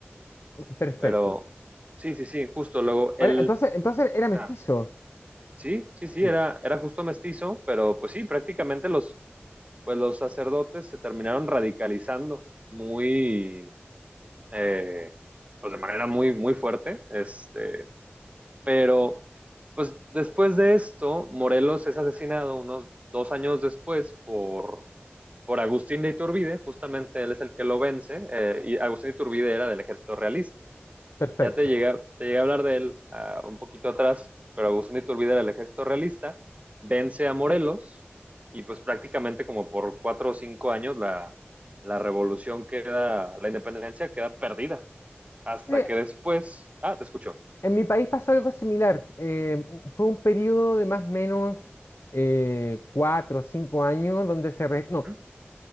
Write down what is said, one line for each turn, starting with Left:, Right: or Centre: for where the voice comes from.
Left: Perfecto.
Right: pero sí, sí, sí, justo luego
Left: Ahora,
Right: él,
Left: entonces, entonces era mestizo.
Right: ah, sí, sí, sí,
Left: Ya,
Right: era, era justo mestizo, pero pues sí, prácticamente los pues los sacerdotes se terminaron radicalizando muy, eh, pues de manera muy, muy fuerte, este, pero pues después de esto, Morelos es asesinado unos dos años después por, por Agustín de Iturbide, justamente él es el que lo vence, eh, y Agustín de Iturbide era del ejército realista.
Left: perfecto.
Right: Ya te llegué, te llegué a hablar de él ah, un poquito atrás, pero Agustín de Iturbide era el ejército realista vence a Morelos y pues prácticamente como por cuatro o cinco años la, la revolución queda, la independencia queda perdida. Hasta
Left: Sí,
Right: que después, ah, te escucho.
Left: En mi país pasó algo similar. Eh, fue un periodo de más o menos eh, cuatro o cinco años donde se... re- no,
Right: ¿Mm?